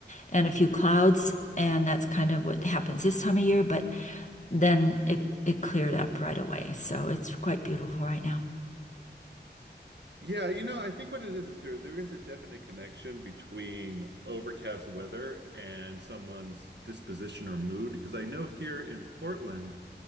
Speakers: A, on the left; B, on the right.
A: and a few clouds, and that's kind of what happens this time of year. But then it it cleared up right away, so it's quite beautiful right now.
B: Yeah, you know, I think what it is is there there is a definite connection between overcast weather and someone's disposition or mood. Because I know here in Portland,